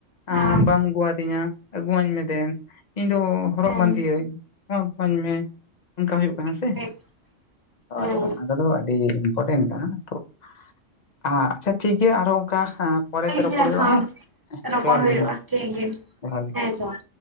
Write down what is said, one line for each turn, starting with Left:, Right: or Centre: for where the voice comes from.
Left: ᱟᱸ
Right: ᱦᱮᱸ
Left: ᱵᱟᱢ ᱟᱹᱜᱩᱣᱟᱫᱤᱧᱟ ᱟᱹᱜᱩᱣᱟᱹᱧ ᱢᱮ ᱫᱮᱱ ᱤᱧ ᱫᱚ ᱦᱚᱨᱚᱜ
Right: ᱦᱮᱸ
Left: ᱵᱟᱸᱫᱤᱭᱟᱹᱧ᱾ ᱢᱟᱯᱷ ᱠᱟᱹᱧ ᱢᱮ ᱚᱱᱠᱟ ᱦᱩᱭᱩᱜ ᱠᱟᱱᱟ
Right: ᱴᱷᱤᱠ
Left: ᱥᱮ᱾
Right: ᱴᱷᱤᱠ᱾
Left: ᱦᱚᱭ
Right: ᱦᱮᱸ
Left: ᱚᱱᱟ ᱠᱚᱫᱚ ᱟᱹᱰᱤ ᱤᱢᱯᱚᱴᱮᱱ ᱠᱟᱱᱟ᱾ ᱛᱚ ᱦᱟᱸ ᱟᱪᱪᱷᱟ ᱴᱷᱤᱠ ᱜᱮᱭᱟ ᱟᱨᱚ ᱚᱝᱠᱟ᱾ᱦᱟᱸ ᱯᱚᱨᱮ
Right: ᱴᱷᱤᱠ
Left: ᱛᱮ ᱨᱚᱯᱚᱲ
Right: ᱜᱮᱭᱟ
Left: ᱦᱩᱭᱩᱜᱼᱟ ᱦᱮᱸ ᱦᱮᱸ
Right: ᱨᱚᱯᱚᱲ
Left: ᱡᱚᱦᱟᱨ
Right: ᱦᱩᱭᱩᱜᱼᱟ
Left: ᱜᱮ ᱦᱮᱸ
Right: ᱴᱷᱤᱠ ᱜᱮᱭᱟ
Left: ᱡᱚᱦᱟᱨ ᱜᱮ᱾
Right: ᱦᱮᱸ ᱡᱚᱦᱟᱨ